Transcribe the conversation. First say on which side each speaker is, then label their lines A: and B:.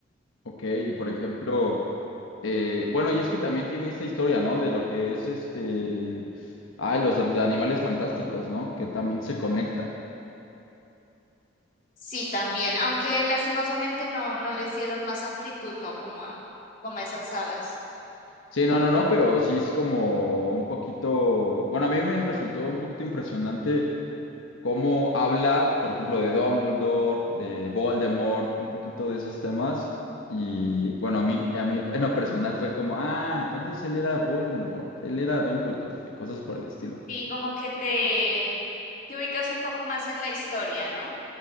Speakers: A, on the left (about 80°); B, on the left (about 40°).
A: ok, y por ejemplo, eh, bueno, y es que también tiene esta historia, ¿no? De lo que es este, ay, los de animales fantásticos, ¿no? Que también se conecta.
B: Sí, también, aunque lastimosamente no, no les dieron más amplitud, no como, a- como a esas sagas.
A: Sí, no, no, no, pero sí es como un poquito, bueno, a mí me resultó un poquito impresionante cómo habla, por ejemplo, de Dumbledore, de Voldemort, un poquito de esos temas. Y bueno, a mí, a mí en lo personal fue como, ah, entonces él era Voldemort, él era Dumbledore, y cosas por el estilo.
B: Y como que te, te ubicas un poco más en la historia, ¿no?